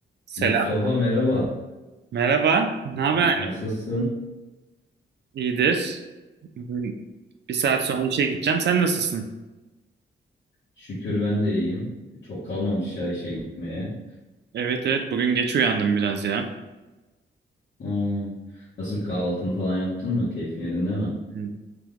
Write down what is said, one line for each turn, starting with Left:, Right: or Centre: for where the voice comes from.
Right: Selam.
Left: Mustafa merhaba.
Right: Merhaba. Ne haber?
Left: Nasılsın?
Right: annem? İyidir. Bugün Bir saat sonra işe gideceğim. Sen nasılsın?
Left: Şükür ben de iyiyim. Çok kalmamış ya işe gitmeye.
Right: Evet evet bugün geç uyandım biraz ya.
Left: Hmm. Nasıl bir kahvaltını falan yaptın mı? Keyfin yerinde mi?
Right: Hı,